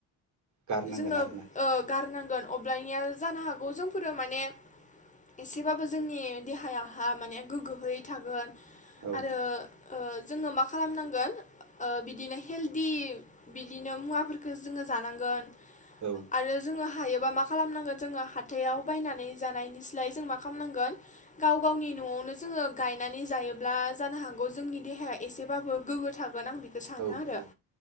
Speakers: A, on the right; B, on the left.
A: गारनांगोन
B: जोङो ओ
A: आरोना
B: गारनांगोन अब्लानिया जानो हागौ जोंफोरो माने एसेबाबो जोंनि देहायाहा माने गोग्गोयै थागोन
A: औ
B: आरो ओ जोङो मा खालामनांगोन ओ बिद बिदिनो हेल्दि बिदिनो मुवाफोरखौ जोङो जानांगोन
A: औ
B: आरो जोङो हायो मा खालामनांगोन जोङो हाथायाव बायनानै जानायनिसलाय जों मा खालामनांगोन गाव गावनि नआवनो जोङो गायनानै जायोब्ला जानो हागौ जोंनि देहाया एसेबाबो गोग्गो थागोन आं बेखौनो बे सानो
A: औ
B: आरो